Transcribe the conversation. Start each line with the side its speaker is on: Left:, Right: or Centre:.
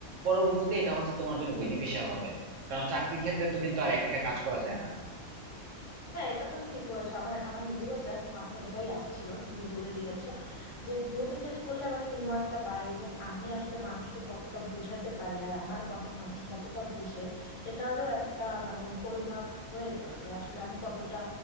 Right: পরবর্তীতে এটা হচ্ছে তোমার জন্য বেনিফিশিয়াল হবে কারণ চাকরির ক্ষেত্রে তো কিন্তু আর একা একা কাজ করা যায় না
Left: হ্যাঁ এটা তুমি ঠিক বলেছো আমার আমার নিজেরও জাস্ট মাথায় এটাই আসছিল তুমি বলে দিয়েছো যে গ্রুপ স্টাডি করলে আবার টিম ওয়ার্কটা বাড়ে এবং আমি আসলে মানুষকে কতটা বুঝাতে পারি আর আমার কথা মানুষ কতটা বুঝে এটারও একটা মানে পরিমাপ হয়ে যায় যে আসলে আমি কতটা